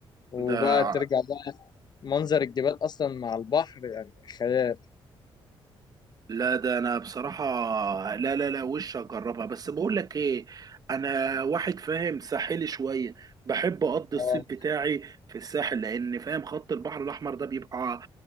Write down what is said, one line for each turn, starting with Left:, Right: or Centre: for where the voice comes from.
Left: وبقى
Right: ده
Left: ترجع بقى منظر الجبال أصلا مع البحر يعني خيال
Right: لا ده انا بصراحة لا لا لا وش اجربها بس بقول لك ايه انا واحد فاهم ساحلي شوية بحب اقضي
Left: اه
Right: الصيف بتاعي في الساحل لان فاهم خط البحر الاحمر ده بيبقى